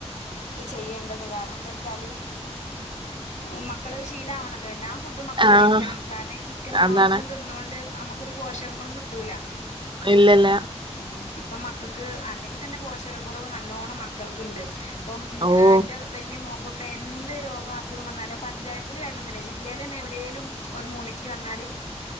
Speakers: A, on the left (about 85°); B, on the right (about 45°).
A: ചെയ്യേണ്ടത് കാരണം എന്താച്ചാല് ഉം മക്കള് ശീലാവണല്ലോ എല്ലാം പുഡും മക്കള്
B: ആഹ്
A: കയിക്കണം കാരണം ഈ ചിക്കന്
B: അതാണ്
A: മാത്രം തിന്നാേണ്ട് അമക്ക് ഒര്പോഷകങ്ങളും കിട്ടൂല
B: ഇല്ലല്ല
A: ഉം ഇപ്പം മക്കക്ക് അല്ലെങ്കി തന്നെ പോഷക കുറവ് നല്ലോണ്ണം മക്കൾക്ക്ണ്ട് ഇപ്പം ഇൻ
B: ഓഹ്
A: അ ഇൻ്റെ വെല്യ മോക്കൊക്കെ എന്ത് രോഗം അസുഖം വന്നാലും പഞ്ചായത്തില് വെരണംനില്ല ജില്ലേലെന്നെ എവ്ടേലും ഒരു മൂലക്ക് വന്നാല്